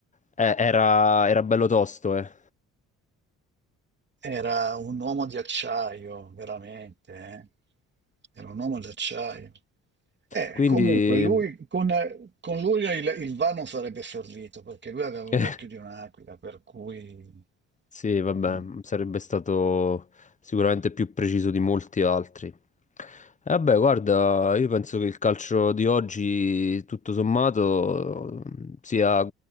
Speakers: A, on the left; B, on the right.
A: Eh, era, era bello tosto, eh.
B: Era un uomo di acciaio, veramente, eh? Era un uomo d'acciaio. Eh,
A: Quindi
B: comunque, lui, con, con lui il, il VAR non sarebbe servito perché lui aveva l'occhio
A: <laughs>
B: di un'aquila, per cui.
A: Sì, vabbè,
B: mm.
A: sarebbe stato sicuramente più preciso di molti altri. E vabbè, guarda, io penso che il calcio di oggi, tutto sommato, sia